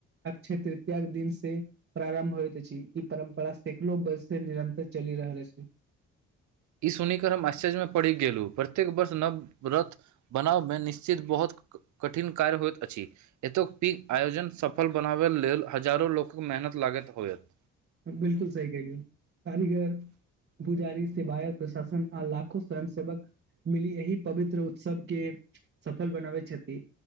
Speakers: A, on the right; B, on the right.
A: अक्षय तृतीया के दिन से प्रारम्भ होएत अछि ई परम्परा सैंकड़ो वर्ष से निरन्तर चलि रहल अछि।
B: ई सुनिकर हम आश्चर्य मे पड़ि गेलु प्रत्येक वर्ष नव रथ बनावै मे निश्चित बहोत कठिन कार्य होएत अछि। एतोक पी आयोजन सफल बनावै लेल हजारो लोकक मेहनत लागैत होएत।
A: बिल्कुल सही कहलिए कारीगर भी जारी सेवायक प्रशासन आ लाखो स्वयं सेवक मिली एहि पवित्र उत्सव के सफल बनाबै छथि।